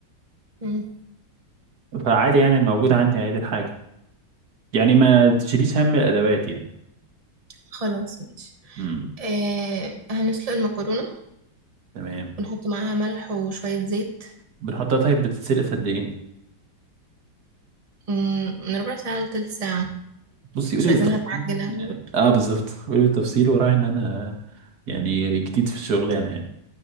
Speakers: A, on the right; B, on the right.
A: امم
B: فعادي يعني موجود عندي عادي الحاجة يعني ما تشيليش هم الأدوات يعني
A: خلاص ماشي
B: امم
A: آه هنسلق المكرونة
B: تمام
A: ونحط معاها ملح وشوية زيت
B: بنحطها طيب بتتسلق في قد إيه؟
A: مم، من ربع ساعة لتلت ساعة
B: بصي قولي
A: مش عايزينها
B: بالتفصيل
A: تعجن اوي
B: يعني.
A: برضه
B: اه بالظبط قولي بالتفصيل وراعي إن أنا يعني جديد في الشغلانة يعني